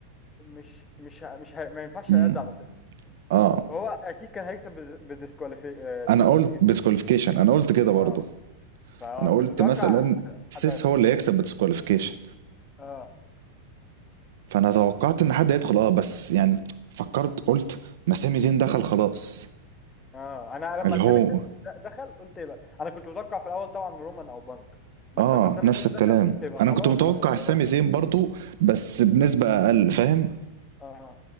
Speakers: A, on the left (about 20°); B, on the right (about 55°).
A: مش مش ه- مش ه... ما ينفعش
B: مم.
A: يرد على اساس
B: اه
A: فهو اكيد كان هيكسب بالديسكواليفي
B: انا
A: ديسكواليفيكيشن
B: قلت بسكواليفيكيشن انا قلت كده برضه
A: اه فكنت
B: انا قلت
A: متوقع
B: مثلا سيس
A: حد هيخش
B: هو اللي هيكسب بسكواليفيكيشن
A: اه
B: فانا توقعت ان حد هيدخل اه بس يعني فكرت قلت ما سامي زين دخل خلاص
A: اه انا لما
B: اللي
A: سامي
B: هو
A: سن د- دخل قلت يبقى انا كنت متوقع في الاول طبعا رومان او بنك بس
B: اه
A: لما سامي
B: نفس
A: سن
B: الكلام
A: دخل قلت يبقى
B: انا
A: خلاص
B: كنت متوقع
A: بقى يبقى
B: سامي
A: اه
B: زين برضو بس بنسبة اقل فاهم
A: آه،